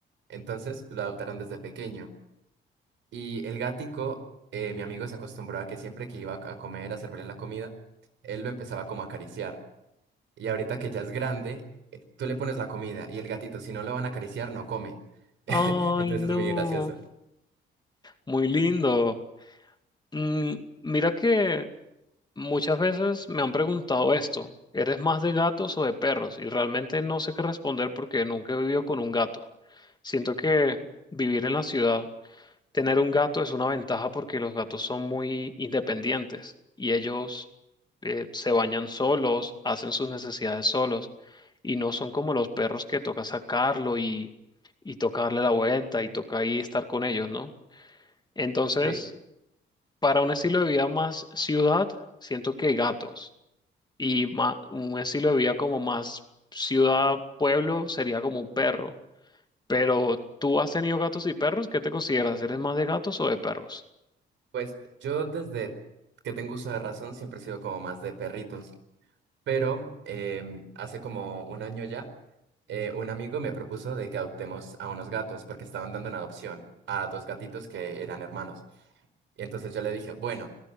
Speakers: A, on the right; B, on the left.
A: Entonces lo adoptaron desde pequeño. Y el gático, eh, mi amigo se acostumbró a que siempre que iba a comer, a servirle la comida, él lo empezaba como a acariciar. Y ahorita que ya es grande, eh, tú le pones la comida y el gatito, si no lo van a acariciar, no come.
B: Ay,
A: <laughs> Entonces
B: no.
A: es muy gracioso.
B: Muy lindo. Mm, mira que muchas veces me han preguntado esto, ¿eres más de gatos o de perros? Y realmente no sé qué responder porque nunca he vivido con un gato. Siento que vivir en la ciudad, tener un gato es una ventaja porque los gatos son muy independientes y ellos eh, se bañan solos, hacen sus necesidades solos y no son como los perros que toca sacarlo y, y tocarle la vuelta y toca ahí estar con ellos, ¿no? Entonces...
A: Sí,
B: Para un estilo de vida más ciudad, siento que gatos. Y ma- un estilo de vida como más ciudad-pueblo sería como un perro. Pero tú has tenido gatos y perros, ¿qué te consideras? ¿Eres más de gatos o de perros?
A: pues yo desde que tengo uso de razón siempre he sido como más de perritos. pero em, hace como un año ya, eh, un amigo me propuso de que adoptemos a unos gatos porque estaban dando en adopción a dos gatitos que eran hermanos. Y entonces yo le dije, bueno,